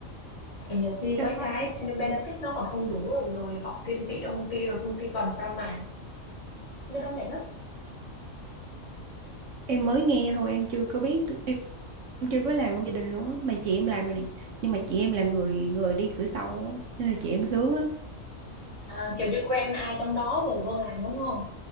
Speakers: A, on the left; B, on the right.
A: tại nhiều khi
B: chắc
A: mấy cái
B: là
A: ben- benefit nó còn không đủ rồi rồi họ thiên vị trong công ty rồi công ty toàn pha màng cái đó mệt lắm
B: em mới nghe thôi, em chưa có biết, em chưa có làm trong gia đình luôn á, mà chị em làm rồi nè. Nhưng mà chị em là người người đi cửa sau á, nên là chị em sướng lắm.
A: À, kiểu như quen ai trong đó rồi vô làm đúng không?